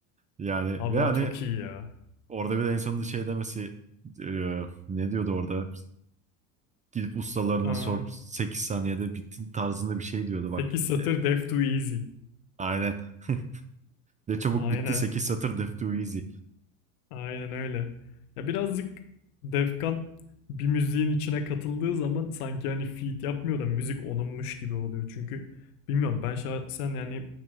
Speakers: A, on the right; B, on the left.
A: Yani
B: Abi
A: ve hani
B: o çok iyi ya.
A: orada bir de en sonunda şey demesi e, ne diyordu orada? Gidip ustalarına
B: Aa,
A: sor 8 saniyede bitti tarzında bir şey diyordu
B: 8
A: bak.
B: satır
A: E,
B: Def Too Easy.
A: Aynen. <laughs> Ne çabuk
B: Aynen.
A: bitti sekiz satır def too easy.
B: Aynen öyle. Ya birazcık Defkan bir müziğin içine katıldığı zaman sanki hani feat yapmıyor da müzik onunmuş gibi oluyor. Çünkü bilmiyorum ben şahsen yani